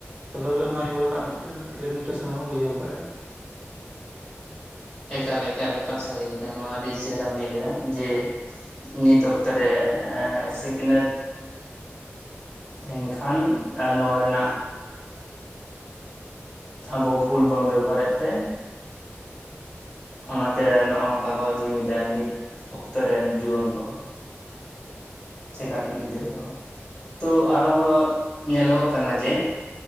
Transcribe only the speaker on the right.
ᱛᱚᱵᱮ ᱵᱮ ᱚᱱᱟ ᱧᱩ ᱨᱮᱱᱟᱜ ᱢᱤᱫᱴᱮᱱ ᱞᱤᱢᱤᱴᱮᱥᱚᱱ ᱵᱚᱱ ᱵᱩᱡᱷᱟᱹᱣ ᱫᱟᱲᱮᱭᱟᱜᱼᱟ᱾